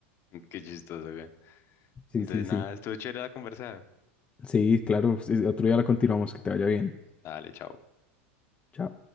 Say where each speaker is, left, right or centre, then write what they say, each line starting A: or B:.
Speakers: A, on the left; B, on the left.
A: qué chistoso, güey.
B: Sí,
A: Entonces
B: sí,
A: nada,
B: sí.
A: estuvo chévere la conversa.
B: Sí, claro. sí, Otro día la continuamos. Que te vaya bien.
A: Dale, chao.
B: Chao.